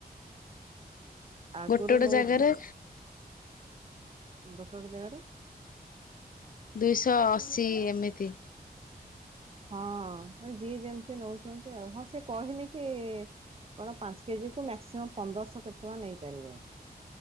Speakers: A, on the right; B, on the left.
A: ଆଗରୁ
B: ଗୋଟେ ଗୋଟେ
A: ନଉଥିଲି
B: ଜାଗାରେ
A: ଗୋଟେ ଗୋଟେ ଜାଗାରେ
B: ଦୁଇଶହ ଅଶୀ ଏମିତି।
A: ହଁ ଯିଏ ଯେମିତି ନଉଛନ୍ତି ଆଉ ହଁ ସେ କହିନି କି କଣ ପାଞ୍ଚ କେଜି ମ୍ୟାକ୍ସିମମ ପନ୍ଦରଶହ କେତେ ଟଙ୍କା ନେଇପାରିବେ।